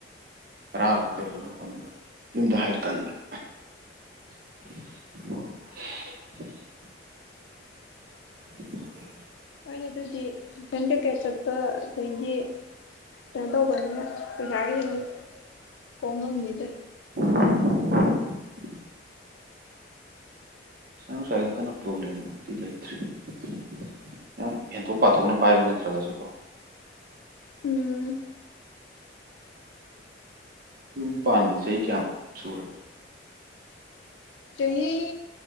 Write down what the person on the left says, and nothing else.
ꯍꯣꯏꯅꯦ ꯑꯗꯨꯗꯤ ꯇꯨꯏꯁꯟ ꯀꯩꯀꯩ ꯆꯠꯄ ꯑꯗꯩꯗꯤ ꯀꯩꯅꯣ ꯇꯧꯕꯅꯤꯅ ꯄꯩꯁꯥꯒꯤꯗꯤ ꯑꯗꯨꯝ ꯀꯣꯝꯃꯝꯅꯤꯗ
<inaudible>
ꯎꯝ
ꯆꯍꯤ